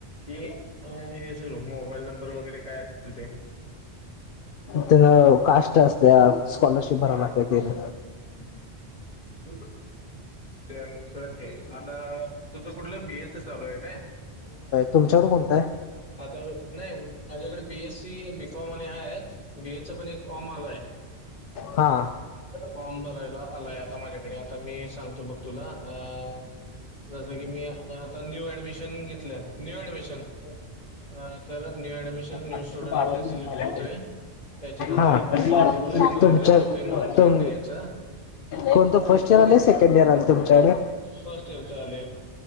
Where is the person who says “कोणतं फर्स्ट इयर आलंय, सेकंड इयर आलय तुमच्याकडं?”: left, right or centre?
Left